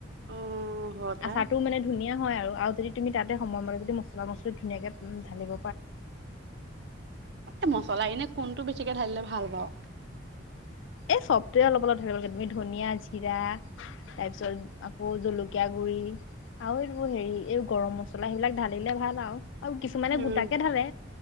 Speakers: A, on the right; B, on the left.
A: অ' হ পাই।
B: আচাৰটোও মানে ধুনীয়া হয় আৰু যদি তুমি তাতে সময়মতে যদি মছলা মছলি ধুনীয়াকে ালিব।
A: এই মচলা এনে কোনটো বেছিকে ঢাল দিলে ভাল পাওঁ।
B: এই চবটোৱে অলপ অলপ থাকিব লাগে তুমি ধনিয়া জিৰা তাৰ পিছত আকৌ জলকীয়া গুৰি। আৰু এইটো হেৰি এই গৰম মছলা সেইবিলাক ঢালিলে ভাল আৰু। আৰু কিছুমানে
A: উম,
B: গোটাকে ঢালে